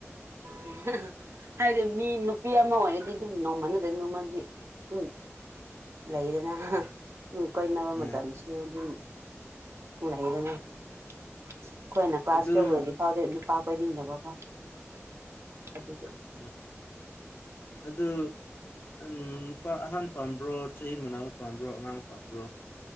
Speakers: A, on the right; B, on the left.
A: ꯎ ꯍꯥꯏꯗꯤ ꯃꯤ ꯅꯨꯄꯤ ꯑꯃ ꯑꯣꯏꯔꯗꯤ ꯑꯗꯨꯝ ꯅꯣꯡꯃ ꯅꯗ ꯅꯣꯡꯃꯗꯤ ꯑꯗꯨꯝ ꯂꯩꯗꯅ ꯎ ꯀꯣꯏꯅꯕꯃ
B: ꯎꯝ
A: ꯊꯥꯟꯁꯨ ꯑꯗꯨꯝ ꯍꯥꯏꯗꯅ ꯑꯩꯈꯣꯏꯅ ꯀ꯭ꯂꯥꯁ
B: ꯑꯗꯨ
A: ꯇꯨꯌꯦꯦꯜꯕꯗꯤ ꯐꯥꯎꯗꯦ ꯅꯨꯄꯥ ꯀꯣꯏꯅꯤꯡꯗꯕꯀꯣ ꯑꯗꯨ ꯑꯗꯨ
B: ꯑ ꯑꯗꯨꯗ ꯎꯝ ꯅꯨꯄꯥ ꯑꯍꯥꯟ ꯄꯥꯝꯕ꯭ꯔꯣ ꯆꯍꯤ ꯃꯅꯥ ꯄꯥꯝꯕ꯭ꯔꯣ ꯑꯉꯥꯡ ꯄꯥꯝꯕ꯭ꯔꯣ